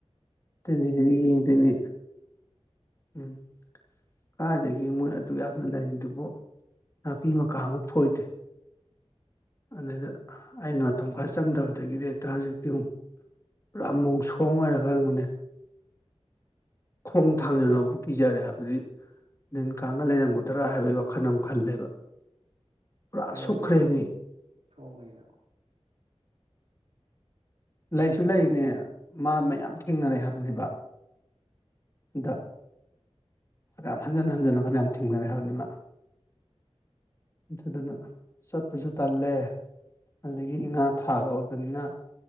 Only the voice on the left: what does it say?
ꯑꯗꯨꯗꯤ ꯍꯧꯖꯤꯛ ꯌꯦꯡꯗꯣꯏꯅꯦ ꯎꯝ ꯀꯥꯏꯗꯒꯤ ꯃꯣꯏꯅ ꯑꯗꯨꯛ ꯌꯥꯝꯅ ꯂꯩꯔꯤꯗꯨꯕꯨ ꯅꯥꯄꯤ ꯃꯀꯥ ꯑꯃ ꯐꯣꯏꯗꯦ ꯑꯗꯨꯗꯩꯗ ꯑꯩꯅ ꯃꯇꯝ ꯈꯔ ꯆꯪꯗꯕꯗꯒꯤꯗꯤ ꯍꯦꯛꯇ ꯍꯧꯖꯤꯛꯇꯤ ꯑꯃꯨꯛ ꯄꯨꯔꯥ ꯃꯣꯡ ꯁꯣꯡ ꯑꯣꯏꯔꯒ ꯑꯩꯪꯕꯅꯦ ꯈꯣꯡ ꯊꯥꯡꯖꯅꯕꯕꯨ ꯀꯤꯖꯔꯦ ꯍꯥꯏꯕꯗꯤ ꯂꯤꯟ ꯀꯥꯡꯒ ꯂꯩꯔꯝꯒꯗ꯭ꯔꯥ ꯍꯥꯏꯕꯒꯤ ꯋꯥꯈꯜ ꯑꯃ ꯈꯜꯂꯦꯕ ꯄꯨꯔꯥ
ꯁꯣꯛꯈ꯭ꯔꯦ ꯃꯤ
ꯂꯩꯁꯨ
ꯂꯩꯔꯤꯅꯦ ꯃꯥ ꯃꯌꯥꯝ ꯊꯦꯡꯅꯔꯦ ꯍꯥꯏꯕꯅꯦꯕ ꯗ ꯌꯥꯝ ꯍꯟꯖꯤꯟ ꯍꯟꯖꯤꯟꯅ ꯐꯅꯌꯥꯝ ꯊꯦꯡꯅꯔꯦ ꯍꯥꯏꯕꯅꯤꯃ ꯑꯗꯨꯗꯨꯅ ꯆꯠꯄꯗꯨ ꯇꯜꯂꯦ ꯑꯗꯨꯗꯒꯤ ꯏꯉꯥ ꯊꯥꯒ ꯑꯣꯏꯕꯅꯤꯅ